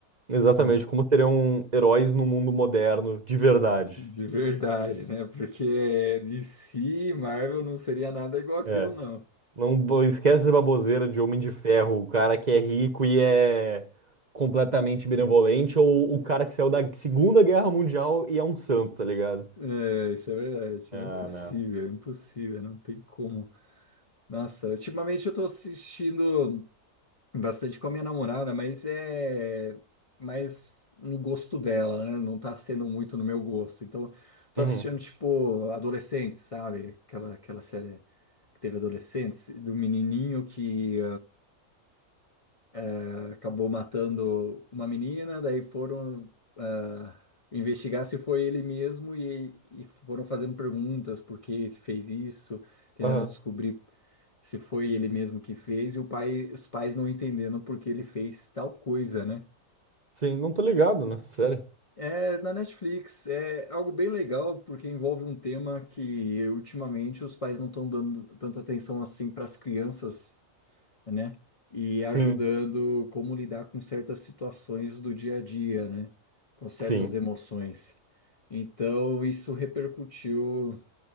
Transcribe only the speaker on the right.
exatamente
como seriam heróis no mundo moderno, de verdade.
É.
Não bo- esquece essa baboseira de Homem de Ferro, o cara que é rico e é completamente benevolente, ou o cara que saiu da Segunda Guerra Mundial e é um santo, tá ligado?
Ah,
não.
Uhum.
Aham.
Sim, não tô ligado nessa série.
Sim,
Hum.
sim,